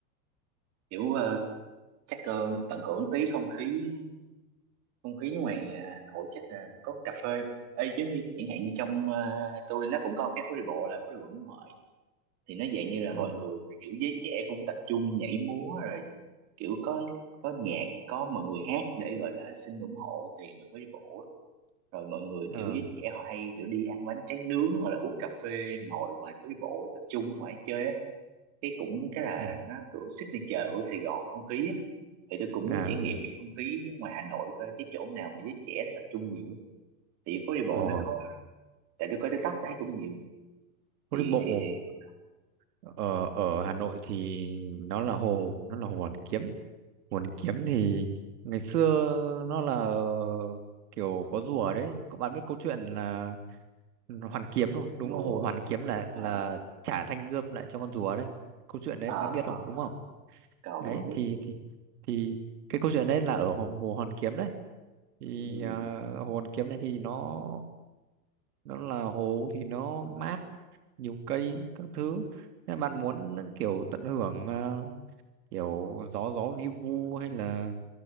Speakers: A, on the right; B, on the right.
A: kiểu ờ, chắc ờ, tận hưởng tí không khí không khí ngoài à, Hà Nội chắc là có cà phê Ê, giống như chẳng hạn như trong à, tôi nó cũng có cái phố đi bộ là phố đi bộ Nguyễn Huệ thì nó dạng như là
B: ồ
A: mọi người kiểu giới trẻ cũng tập trung nhảy múa rồi kiểu có có nhạc có mọi người hát để gọi là xin ủng hộ tiền mà phố đi bộ á. rồi mọi người kiểu
B: ờ
A: giới trẻ họ hay kiểu đi ăn bánh tráng nướng hoặc là uống cà phê ngồi ngoài phố đi bộ tập trung ngoài chơi á cái cũng cái là
B: ừ,
A: nó kiểu signature của Sài Gòn không khí á thì tôi cũng
B: à
A: muốn trải nghiệm cái không khí ngoài Hà Nội coi cái chỗ nào mà giới trẻ nó tập trung nhiều thì phố đi bộ
B: ồ
A: nó có tại tôi coi TikTok thấy cũng nhiều
B: Phố
A: thì
B: đi bộ
A: thì thì cũng có.
B: ở ở Hà Nội thì nó là hồ, nó là hồ Hoàn Kiếm. Hồ Hoàn Kiếm thì ngày xưa nó là kiểu có rùa đấy. Các bạn biết câu chuyện là Hoàn Kiếm đúng không? Đúng
A: rùa
B: là hồ Hoàn Kiếm là
A: à,
B: là trả thanh gươm lại cho con rùa đấy. Câu chuyện đấy bạn
A: à
B: biết
A: có
B: không? Đúng không?
A: có có
B: Đấy
A: biết biết
B: thì
A: biết
B: thì thì cái câu chuyện đấy là ở hồ, hồ Hoàn Kiếm đấy. Thì
A: ừ.
B: à, hồ Hoàn Kiếm này thì nó nó là hồ thì nó mát nhiều cây các thứ nếu bạn muốn kiểu tận hưởng ờ, kiểu gió gió vi vu hay là